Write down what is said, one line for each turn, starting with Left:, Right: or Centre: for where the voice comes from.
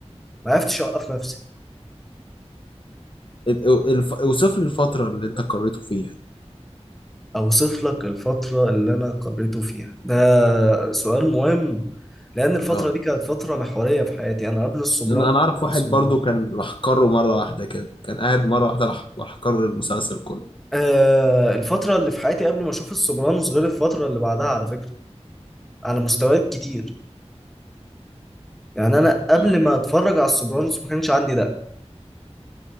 Centre: ما عرفتش اوقف نفسي
Left: الف... اوصف لي الفترة اللي انت قريته فيها
Centre: اوصف لك الفترة اللي انا قريته فيها ده سؤال مهم لان الفترة
Left: اه
Centre: دي كانت فترة محورية في حياتي انا قبل السوبرانو
Left: انا
Centre: قبل
Left: انا اعرف واحد
Centre: السوبرانو.
Left: برضو كان راح قرر مرة واحدة كده كان قاعد مرة واحدة راح راح قرر المسلسل كله
Centre: آه الفترة اللي في حياتي قبل ما اشوف السوبرانوس غير الفترة اللي بعدها على فكرة على مستويات كتير يعني انا قبل
Left: آه.
Centre: ما اتفرج على السوبرانوس ما كانش عندي ده